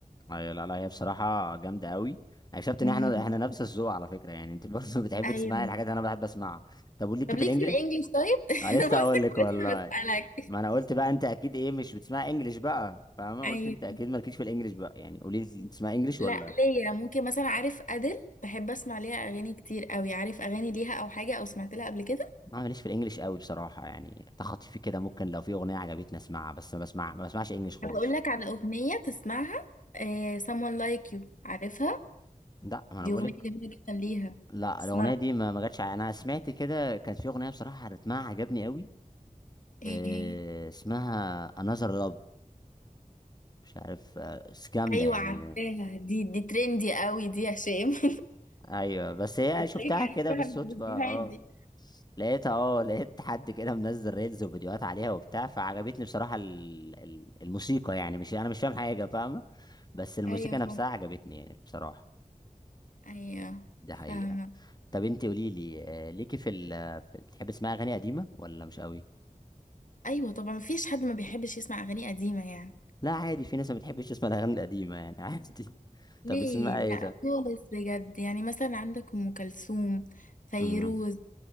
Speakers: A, on the left; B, on the left.
A: ايوه لا لا هي بصراحه جامده قوي اكتشفت
B: مم.
A: ان احنا احنا نفس الذوق على فكره يعني انت برضه <laughs> بتحب
B: ايوه
A: تسمعي الحاجات اللي انا بحب اسمعها طب وليكي
B: طب
A: في
B: ليك
A: الانجليش
B: في الانجليش طيب
A: أنا
B: <laughs>
A: لسه
B: بص
A: هقول
B: كنت
A: لك والله
B: لسه بسألك
A: ما انا قلت بقى انت اكيد ايه مش بتسمع انجليش بقى فاهمه
B: <laughs>
A: قلت
B: ايوه
A: انت اكيد مالكيش في الانجليش بقى يعني قولي لي انت تسمع انجليش
B: لا
A: ولا
B: ليا ممكن مثلا عارف ادل بحب اسمع ليها اغاني كتير قوي عارف اغاني ليها او حاجة او سمعت لها قبل كده
A: ما ماليش في الانجليش قوي بصراحه يعني تخطيفي كده ممكن لو في اغنيه عجبتني اسمعها بس ما بسمع ما بسمعش انجليش خالص
B: طب اقول لك على اغنية تسمعها آه someone like you عارفها
A: لا ما انا
B: دي
A: بقول
B: اغنية
A: لك
B: جميلة جدا ليها
A: لا
B: اسمعها
A: الاغنيه دي ما ما جاتش ع- انا سمعت كده كانت في اغنيه بصراحه رتمها عجبني قوي
B: ايه
A: إيه
B: هي
A: اسمها Another Love مش عارف آه، بس جامده
B: ايوه
A: يعني
B: عارفاها دي دي ترندي قوي دي يا هشام <laughs>
A: ايوه بس هي شفتها
B: تلاقيك عرفتها
A: كده بالصدفه
B: من الفيديوهات
A: اه
B: دي
A: لقيت اه لقيت حد كده منزل ريلز وفيديوهات عليها وبتاع فعجبتني بصراحة ال... ال- الموسيقى يعني مش انا مش فاهم حاجة فاهمة بس الموسيقى
B: ايوه فاهمة
A: نفسها عجبتني يعني بصراحة
B: ايوه
A: دي
B: فاهمة
A: حقيقة طب انت قولي لي آه، ليكي في ال في- بتحبي تسمعي اغاني قديمة ولا مش قوي
B: ايوه طبعا مفيش حد ما بيحبش يسمع اغاني قديمة يعني
A: لا عادي في ناس ما بتحبش تسمع الاغاني القديمة يعني <laughs> عادي
B: ليه
A: طب بتسمعي
B: لا
A: ايه ده
B: خالص بجد يعني مثلا عندك ام كلثوم فيروز
A: امم